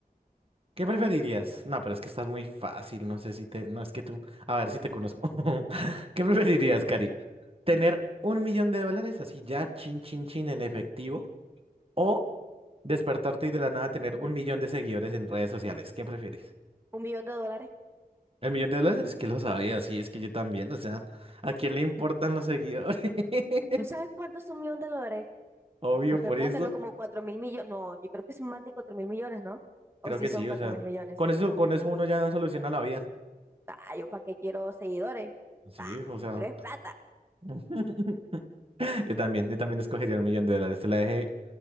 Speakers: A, on the right; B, on the right.
A: ¿qué preferirías? No, pero es que estás muy fácil. No sé si te... No, es que tú... A ver si te conozco. <laughs> ¿Qué preferirías, Cari? ¿Tener un millón de dólares así ya, chin, chin, chin, en efectivo? o Despertarte y de la nada tener un millón de seguidores en redes sociales. ¿Qué prefieres?
B: un millón de dólares.
A: El millón de dólares es que lo sabía, sí, es que yo también. O sea, ¿a quién le importan los seguidores? <laughs>
B: ¿No sabes cuánto es un millón de dólares?
A: Obvio,
B: Porque
A: por
B: de plata,
A: esto,
B: no como cuatro mil millones. No, yo creo que son más de cuatro mil millones, ¿no? O
A: Creo
B: si
A: que
B: son
A: sí,
B: cuatro
A: o sea.
B: mil millones.
A: Con eso, con eso uno ya soluciona la vida.
B: Ah, yo para qué quiero seguidores.
A: Sí,
B: Ah,
A: o sea.
B: yo quiero es plata.
A: <laughs> Yo también, yo también escogería el millón de dólares. Te la dejé